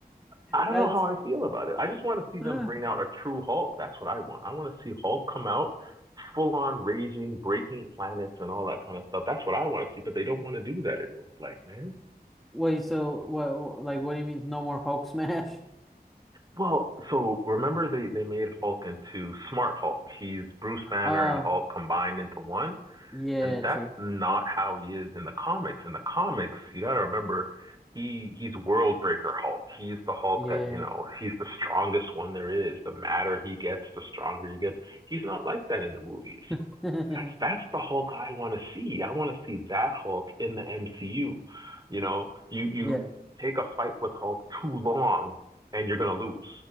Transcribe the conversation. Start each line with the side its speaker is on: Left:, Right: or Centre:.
Right: I don't
Centre: That's
Right: know how I feel about it. I just want to see them
Centre: uh,
Right: bring out a true Hulk. That's what I want. I want to see Hulk come out full on raging, breaking planets and all that kind of stuff. That's what I want to see, but they don't want to do that, it looks like, man.
Centre: wait, so what, what like what do you mean no more Hulk smash? <laughs>
Right: Well, so remember they, they made Hulk into Smart Hulk. He's Bruce Banner
Centre: Uh
Right: and Hulk combined into one.
Centre: yeah,
Right: And that's
Centre: true.
Right: not how he is in the comics. In the comics, you got to remember, he he's Worldbreaker Hulk. He's the Hulk
Centre: Yeah.
Right: that you know. He's the strongest one there is. The madder he gets, the stronger he gets. He's not like that in the movies.
Centre: <laughs>
Right: That's that's the Hulk I want to see. I want to see that Hulk in the MCU. You know, you you
Centre: Yeah.
Right: take a fight with Hulk too long and you're gonna lose.